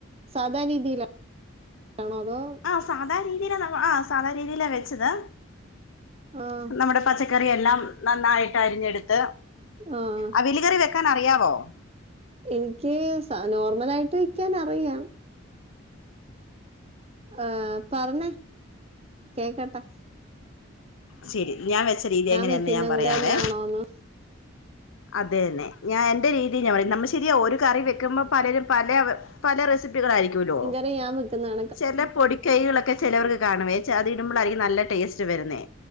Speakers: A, on the right (about 30°); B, on the left (about 75°).
A: സാധാ രീതിയിലാണോ അതോ
B: ആഹ് സാധ രീതി ആ സാധാ രീതിയില വെച്ചത്
A: ആഹ്
B: നമ്മടെ പച്ച കറി എല്ലാം നന്നായിട്ട് അരിഞ്ഞെടുത്ത്
A: ആഹ്
B: അവിയല് കറി വെക്കാൻ അറിയാവോ
A: എനിക്ക് സ നോർമല ആയിട്ട് വെക്കാൻ അറിയാം ആഹ് പറഞ്ഞേ കേക്കട്ടെ
B: ശരി ഞാൻ വെച്ച രീതി എങ്ങനെയാന്ന്
A: വെക്കുന്ന
B: ഞാൻ പറയാമേ
A: കൂടെ തന്നെയാണോന്ന്
B: അതെന്നെ ഞാൻ എന്റെ രീതി ഞാൻ പറ നമ്മ ശരിയാ ഒരു കറി വെക്കുമ്പോ പലരും പലവ് പല റെസിപ്പികളായിരിക്കുല്ലോ
A: ഇത്‌ യാം വെക്കുന്നണ്
B: ചില പൊടിക്കൈകളൊക്കെ ചിലവർക്ക് കാണുവേ അത് ഇടുമ്പോളായിരിക്കും നല്ല ടേസ്റ്റ് വരുന്നേ